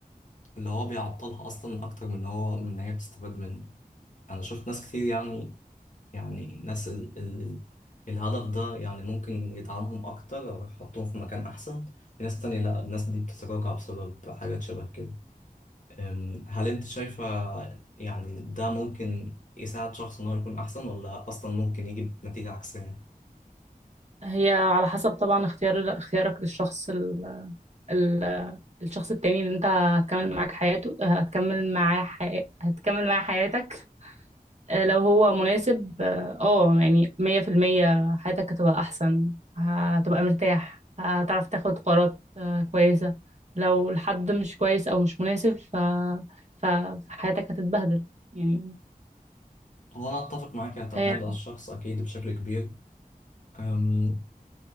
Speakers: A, on the left (about 55°); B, on the right (about 50°).
A: اللي هو بيعطلها أصلا أكتر من إن هو من إن هي بتستفاد منه أنا شفت ناس كتير يعني يعني ناس ال ال ال الهدف ده يعني ممكن يدعمهم أكتر أو يحطهم في مكان أحسن في ناس تانية لأ الناس دي بتتراجع بسبب حاجات شبه كده أم، هل انت شايفة يعني ده ممكن يساعد شخص ان هو يكون احسن ولا اصلا ممكن يجي بنتيجة عكسية؟
B: هي على حسب طبعا اختيار اختيارك للشخص ال... ال... الشخص التاني اللي انت هتكمل معاك حياته هتكمل معاه حي... هتكمل معاه حياتك آه، لو هو مناسب اه آه، يعني مية في المية حياتك هتبقى أحسن هتبقى مرتاح هتعرف تاخد قرارات آه، كويسة لو الحد مش كويس أو مش مناسب ف... ف... فحياتك هتتبهدل يعني
A: هو انا اتفق معاك هتعتمد
B: فهي
A: على الشخص اكيد بشكل كبير أم،